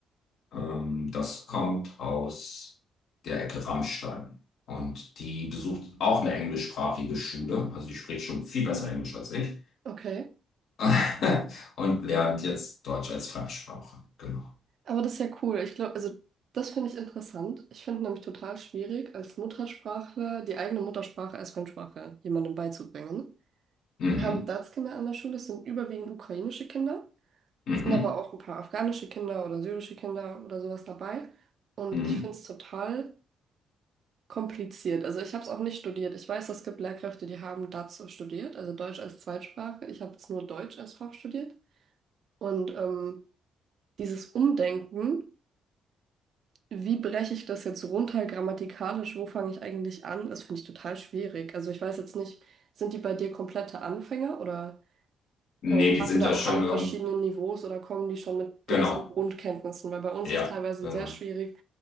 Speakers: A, on the left; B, on the right.
A: ähm, das kommt aus der Ecke Rammstein. Und die besucht auch eine englischsprachige Schule. Also die spricht schon viel besser Englisch als ich.
B: Okay.
A: <laughs> Und lernt jetzt Deutsch als Fremdsprache. Genau.
B: Aber das ist ja cool. Ich glaube, also das finde ich interessant. Ich finde nämlich total schwierig, als Muttersprachler die eigene Muttersprache als Fremdsprache jemandem beizubringen.
A: Mhm.
B: Wir haben DaTs-Kinder an der Schule, es sind überwiegend ukrainische Kinder,
A: Mhm.
B: sind aber auch ein paar afghanische Kinder oder syrische Kinder oder sowas dabei. Und
A: Mhm.
B: ich finde es total kompliziert. Also ich habe es auch nicht studiert. Ich weiß, es gibt Lehrkräfte, die haben DaTs studiert, also Deutsch als Zweitsprache. Ich habe es nur Deutsch als Fach studiert. Und ähm, dieses Umdenken. Wie breche ich das jetzt runter grammatikalisch? Wo fange ich eigentlich an? Das finde ich total schwierig. Also ich weiß jetzt nicht, sind die bei dir komplette Anfänger oder
A: Nee,
B: ähm,
A: die
B: hast
A: sind
B: du da
A: ja
B: auch
A: schon
B: alle
A: irgend...
B: verschiedenen Niveaus oder kommen die schon mit gewissen
A: Genau.
B: Grundkenntnissen? Weil bei uns
A: Ja,
B: ist teilweise
A: genau.
B: sehr schwierig,